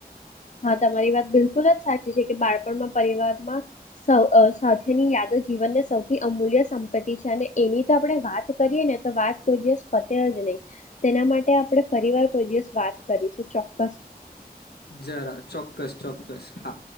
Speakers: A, on the left; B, on the left.
A: હા, તમારી વાત બિલકુલ જ સાચી છે કે બાળ પણ પરિવાર માં સૌ અસ સાથે ની યાદો જીવનને સૌ થી અમૂલ્ય સંપત્તિ છે અને એની તો આપણે વાત કરીએ ને તો વાત કોઈ દિવસ પતે જ નહી. તેના માટે આપણે ફરી વાર કોઈ દિવસ વાત કરીશું ચોક્કસ
B: જરા ચોક્કસ ચોક્કસ હા